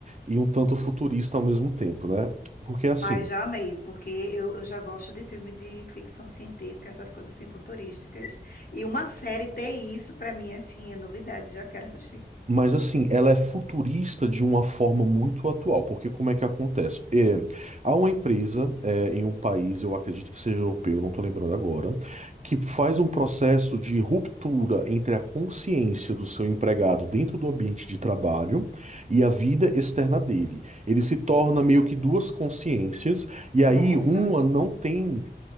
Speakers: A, on the right (about 40°); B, on the left (about 55°).
A: e um tanto futurista ao mesmo tempo, né? Porque assim.
B: Ai, já amei, porque eu, eu já gosto de filme de ficção científica, essas coisas assim futurísticas. E uma série ter isso, pra mim, assim, é novidade, já quero assistir.
A: Mas assim, ela é futurista de uma forma muito atual, porque como é que acontece? É, há uma empresa é, em um país, eu acredito que seja europeu, não estou lembrando agora, que faz um processo de ruptura entre a consciência do seu empregado dentro do ambiente de trabalho e a vida externa dele. Ele se torna
B: Nossa,
A: meio que duas consciências, e aí
B: nossa,
A: uma não tem